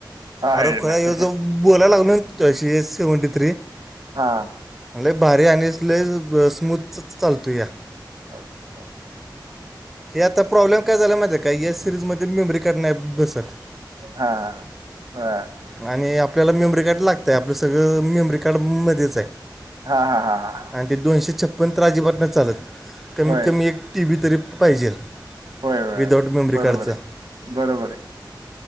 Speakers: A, on the right (about 70°); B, in the centre.
A: आहे
B: अरे खुळ्या बोलायला लागलो तशी सेव्हनटी थ्री.
A: हा.
B: लय भारी आणि लय स्मूथ चालतूया.
A: ह हो.
B: हे आता प्रॉब्लेम काय झाला माहिताय काय या सिररीज मध्ये मेमरी कार्ड नाही. सत
A: हां हां
B: आणि. आपल्याला मेमरी कार्ड लागतंय आपलं सगळं मेमरी कार्डमध्येच आहे.
A: हां हां हां हां
B: आणि ते दोनशे छप्पन तर अजिबात नाही चालत. कमीत
A: होय
B: कमी एक टीवी तरी. पाहिजे
A: होय होय
B: विदाऊट मेमरी
A: बरोबर
B: कार्डचं
A: आहे बरोबर आहे.